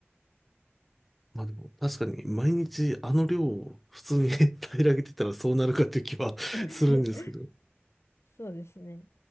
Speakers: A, in the centre; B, on the left (about 75°).
A: まあでも確かに毎日あの量を普通に <laughs> 平らげてたらそうなるかっていう気はするんですけど。
B: <laughs> そうですね。